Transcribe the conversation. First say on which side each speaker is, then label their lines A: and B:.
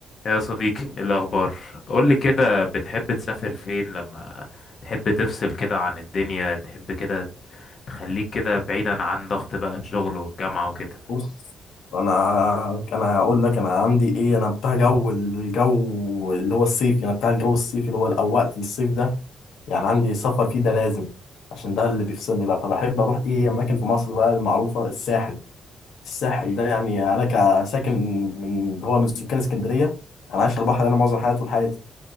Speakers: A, on the left; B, on the left.
A: يا صديقي إيه الأخبار قولي كده بتحب تسافر فين لما تحب تفصل كده عن الدنيا تحب كده تخليك كده بعيدا عن ضغط بقى الشغل والجامعة وكده
B: بص انا انا هقول لك انا عندي ايه انا بتاع جو الجو اللي هو الصيفي انا بتاع الجو الصيفي اللي هو او وقت الصيف ده يعني عندي سفر فيه ده لازم عشان ده اللي بيفصلني بقى فبحب اروح ايه اماكن في مصر بقى المعروفه الساحل الساحل
A: مم.
B: ده يعني انا كساكن من اللي هو من سكان اسكندريه انا عايش على البحر انا معظم حياتي طول حياتي